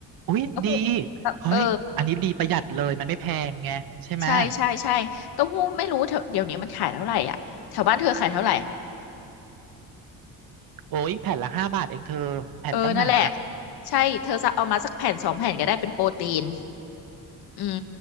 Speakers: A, on the right; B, on the left.
A: อุ๊ยดี
B: เต้าหู้แบบเออ
A: เฮ้ยอันนี้ดีประหยัดเลยมันไม่แพงไงใช่ไหมย
B: ใช่ใช่ใช่เต้าหู้ไม่รู้เถอะเดี๋ยวนี้มันขายเท่าไหร่อ่ะแถวบ้านเธอขายเท่าไหร่
A: โอ้ยแผ่นละห้าบาทเองเธอแผ่นตั้งหนา
B: เออนั่นแหละใช่เธอจะเอามาสักแผ่นสองแผ่นก็ได้เป็นโปรตีนอืม